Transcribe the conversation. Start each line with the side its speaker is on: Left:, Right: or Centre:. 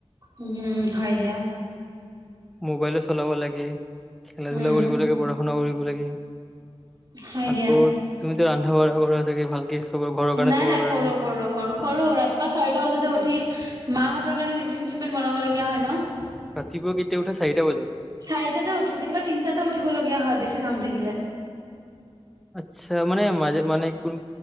Right: উম হয় দিয়া।
Centre: মোবাইলো চলাব লাগে, খেলা
Right: উম
Centre: ধূলা কৰিব লাগে, পঢ়া শুনা কৰিব লাগে
Right: হয়
Centre: আকৌ
Right: দিয়া।
Centre: তুমিতো ৰন্ধা বঢ়া কৰা চাগে ভালকে চবৰ ঘৰৰ কাৰণে
Right: নাই
Centre: চবৰ
Right: নাই
Centre: কাৰণে
Right: কৰো কৰো কৰো, কৰো ৰাতিপুৱা চাৰিটা বজাতে উঠি মাহঁতৰ কাৰণে টিফিন চিফিন বনাব লগীয়া হয় ন'।
Centre: ৰাতিপুৱা কেতিয়া উঠা চাৰিটা বজাত?
Right: চাৰিটাতে উঠো কেতিয়াবা, তিনটাতে উঠিবলগীয়া হয় বেছি কাম থাকিলে।
Centre: আচ্ছা মানে, মাজে মানে কোন